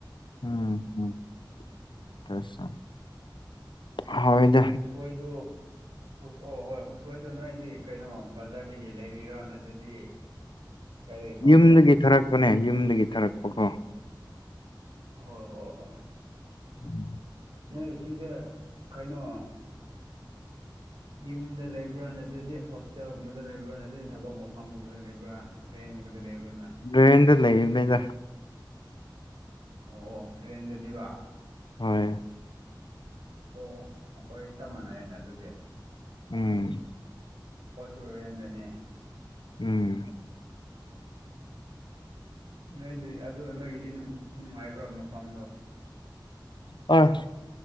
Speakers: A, on the left; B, on the right.
A: ꯎꯝꯝ <unintelligible> ꯍꯣꯏꯗ
B: <unintelligible> ꯁꯣꯏꯗꯨ ꯎꯁ ꯑꯣ ꯍꯣꯏ ꯎꯁꯣꯏꯗꯣ ꯅꯣꯏꯗꯤ ꯀꯩꯅꯣ ꯕꯖꯥꯔꯗꯒꯤ ꯂꯩꯔꯤꯔꯣ ꯅꯠꯇ꯭ꯔꯗꯤ ꯀꯥꯏꯗꯒꯤ ꯐꯪꯕꯅꯣ
A: ꯌꯨꯝꯗꯒꯤ ꯊꯥꯔꯛꯄꯅꯦ ꯌꯨꯝꯗꯒꯤ ꯊꯥꯔꯛꯄꯀꯣ
B: ꯍꯣꯏ ꯍꯣꯏ ꯍ ꯍꯣꯏ
A: <inaudible>
B: ꯅꯣꯏ ꯁꯤꯗ ꯀꯩꯅꯣ ꯌꯨꯝꯗ ꯂꯩꯕ꯭ꯔꯥ ꯅꯠꯇ꯭ꯔꯗꯤ ꯍꯣꯁꯇꯦꯜꯒꯨꯝꯕꯗ ꯂꯩꯕ꯭ꯔꯥ ꯅꯠꯇ꯭ꯔꯗꯤ ꯊꯕꯛ ꯃꯐꯝꯒꯨꯝꯕꯗ ꯂꯩꯕ꯭ꯔꯥ ꯇ꯭ꯔꯦꯟꯒꯨꯝꯕꯗ ꯂꯩꯕ꯭ꯔꯥ ꯅꫭꯏ
A: <unintelligible>
B: ꯑꯣ ꯑꯣ ꯍꯣꯔꯦꯟꯗꯅꯤꯕ꯫
A: ꯍꯣꯏ
B: ꯑꯣꯑꯣ ꯑꯈꯣꯏ ꯆꯞ ꯃꯥꯟꯅꯩꯅꯦ ꯑꯗꯨꯗꯤ
A: ꯎꯝ
B: ꯃꯣꯏꯁꯨ ꯔꯦꯟꯗꯅꯦ꯫
A: ꯎꯝ
B: ꯅꯣꯏꯗꯤ ꯑꯗꯨ ꯅꯣꯏꯒꯤꯗꯤ ꯅꯨꯡꯉꯥꯏꯕ꯭ꯔꯥ ꯃꯐꯝꯗꯣ
A: ꯍꯣꯏ